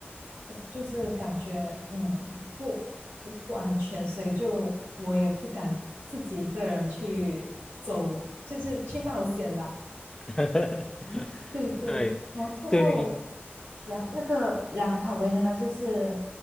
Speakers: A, on the right (about 70°); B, on the left (about 15°).
A: 呃就是感觉嗯不不不安全，所以就我也不敢自己一个人去走，就是去冒险啦。
B: <laughs>
A: 对对，
B: 对，
A: 然后过后，
B: 对，
A: 然那个兰卡威呢，它就是，